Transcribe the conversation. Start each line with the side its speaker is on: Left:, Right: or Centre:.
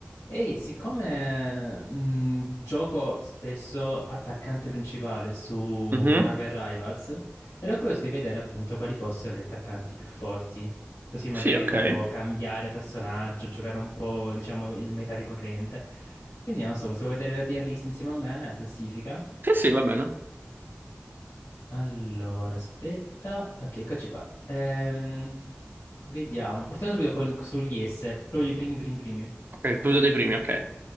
Left: Ehi, siccome mh, gioco spesso attaccante principale su
Right: Mhm.
Left: Marvel Rivals, ero curioso di vedere appunto quali fossero gli attaccanti più forti. Così magari
Right: Sì, ok.
Left: potevo cambiare personaggio, giocare un po', diciamo, il meta ricorrente. Quindi non so, se vuoi vedere la tier list insieme a me, la classifica.
Right: Sì, sì, va bene.
Left: Allora, aspetta. Ok, eccoci qua. Ehm, vediamo. Partiamo subito con- sugli S, proprio i primi, primi, primi.
Right: Ok, tu
Left: Mm,
Right: dei primi, ok.